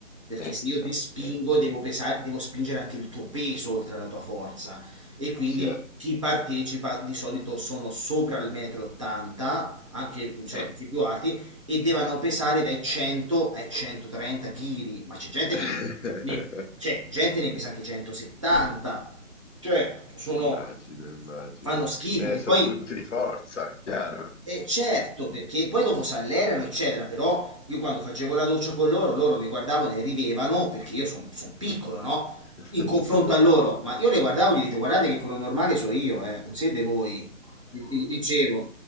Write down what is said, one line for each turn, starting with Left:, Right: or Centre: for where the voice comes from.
Right: perché
Left: Eh
Right: se
Left: già,
Right: io ti spingo
Left: eh già,
Right: devo pesare, devo spingere anche il tuo peso oltre alla tua forza e quindi
Left: chiaro.
Right: chi partecipa di solito sono sopra il metro 80, anche, cioè,
Left: Eh.
Right: anche più alti, e devono pesare dai 100 ai 130 kg, ma c'è gente
Left: <laughs>
Right: che ne, ne- c'è gente ne pesa anche 170, cioè sono,
Left: Immagino, immagino.
Right: fanno schifo,
Left: Eh,
Right: che
Left: sono
Right: poi
Left: punti di forza, chiaro.
Right: eh, certo, perché poi dopo s'allenano, eccetera, però io quando facevo la doccia con loro, loro mi guardavano e ridevano perché io sono piccolo, no?
Left: <laughs>
Right: In confronto a loro, ma io le guardavo e gli dicevo, guardate che quello normale sono io, eh, non siete voi, Gli- gli dicevo,